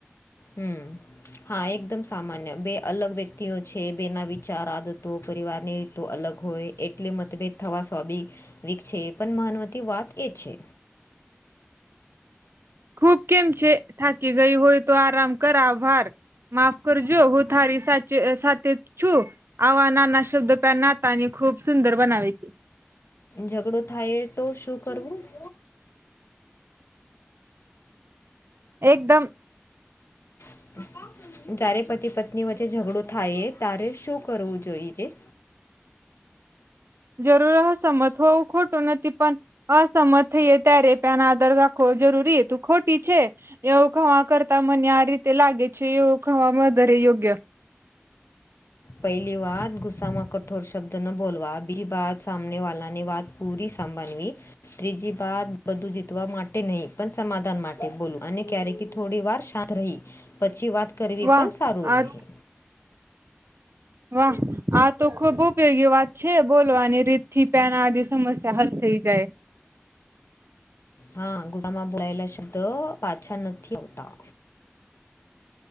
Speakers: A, on the left; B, on the right.
A: હમમ. હા એકદમ સામાન્ય બે અલગ વ્યક્તિઓ છે બેના વિચારો, આદતો પરિવારની તો અલગ હોય એટલે મતભેદ થવા સ્વાભાવિક છે પણ મહનવતી વાત એ છે.
B: ખૂબ કેમ છે થાકી ગઈ હોય તો આરામ કર આભાર. માફ કરજો હું તારી સાચ સાથે છું. આવા નાના શબ્દ પ્યા નાતાની ખૂબ સુંદર બનાવે.
A: ઝઘડો થાય જ તો શું કરવું? <inaudible>
B: એકદમ.
A: <inaudible> જ્યારે પતિ પત્ની વચ્ચે ઝઘડો થાય ત્યારે શું કરવું જોઈ જે?
B: જરૂર અસમત હોવું ખોટું નથી પણ અસમત થઈએ ત્યારે ના આદર રાખવો જરૂરી તું ખોટી છે એવું ખવા કર કરતા મને આ રીતે લાગે છે એવું ખવામાં વધારે યોગ્ય
A: પહેલી વાત ગુસ્સામાં કઠોર શબ્દ ન બોલવા, બીજી બાત સામને વાળાની વાત પૂરી સાંભનવી. ત્રીજી વાત બધું જીતવા માટે નહીં પણ સમાધાન માટે બોલું અને ક્યારેક થોડી વાર શાંત રહી. પછી વાત કરવી
B: વાહ
A: પણ સારું
B: આ
A: રહે.
B: વાહ આ તો ખુબ ઉપયોગી વાત છે બોલવાની રીત થી પેયાના આગે સમસ્યા હલ થઈ જાય.
A: હા ગુસ્સામાં બોલાયેલા શબ્દ પાછા નથી આવતા.